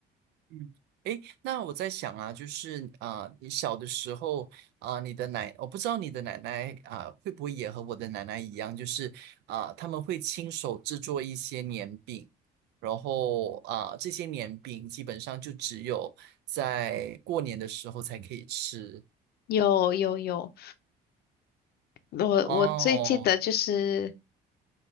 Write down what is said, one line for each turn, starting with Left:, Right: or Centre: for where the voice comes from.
Right: 嗯，诶，那我在想啊，就是啊、呃你小的时候啊、呃你的奶，我不知道你的奶奶啊、呃会不会也和我的奶奶一样，就是啊、呃他们会亲手制作一些年饼，然后啊、呃这些年饼基本上就只有在过年的时候才可以吃
Left: 有有有，我我最记得就是。
Right: 哦。